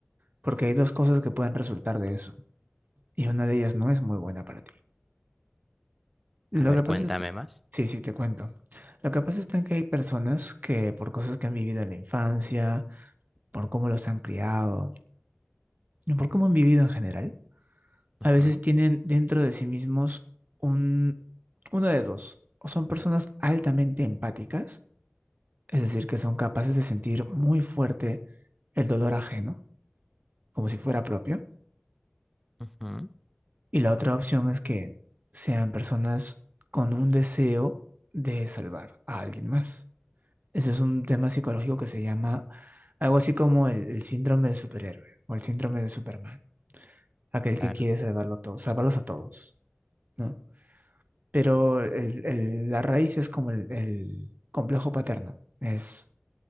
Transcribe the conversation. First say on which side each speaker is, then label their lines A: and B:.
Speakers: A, on the right; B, in the centre.
A: Porque hay dos cosas que pueden resultar de eso. Y una de ellas no es muy buena para ti. Lo
B: A ver,
A: que pasa
B: cuéntame
A: es...
B: más.
A: Sí, sí, te cuento. Lo que pasa es que hay personas que por cosas que han vivido en la infancia, por cómo los han criado. y por cómo han vivido en general,
B: Ujú,
A: a veces tienen dentro de sí mismos un, uno de dos, o son personas altamente empáticas, es decir, que son capaces de sentir muy fuerte el dolor ajeno, como si fuera propio,
B: ujú,
A: y la otra opción es que sean personas con un deseo de salvar a alguien más. Ese es un tema psicológico que se llama algo así como el, el síndrome del superhéroe o el síndrome de Superman, aquel que
B: Claro,
A: quiere salvarlo a todos, salvarlos a todos, ¿no? Pero el- el- la raíz es como el, el complejo paterno, es